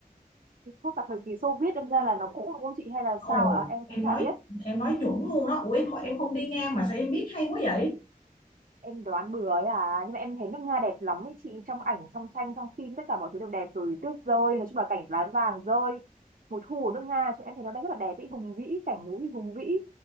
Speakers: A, on the right (about 70°); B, on the left (about 60°).
A: Chắc là thời kỳ Xô Viết đâm ra là nó cũ đúng không chị hay là
B: ồ
A: sao ạ? Em
B: em
A: cũng chả
B: nói
A: biết.
B: em nói chuẩn luôn đó ủa em, em không đi Nga mà sao em biết hay quá vậy
A: Em đoán bừa ấy à. Nhưng mà em thấy nước Nga đẹp lắm ấy chị. Trong ảnh, trong tranh, trong phim tất cả mọi thứ đều đẹp rồi. Tuyết rơi, nói chung là cảnh lá vàng rơi. Mùa thu ở nước Nga, chúng em thấy nó đang rất là đẹp ý, hùng vĩ, cảnh núi hùng vĩ